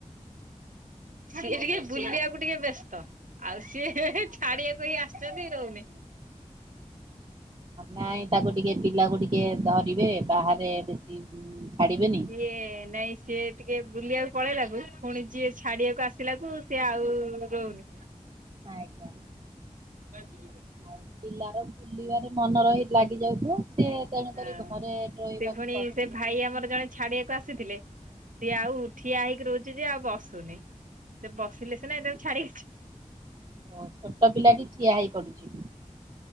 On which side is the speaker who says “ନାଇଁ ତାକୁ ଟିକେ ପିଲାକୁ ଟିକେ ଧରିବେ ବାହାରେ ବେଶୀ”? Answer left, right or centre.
Right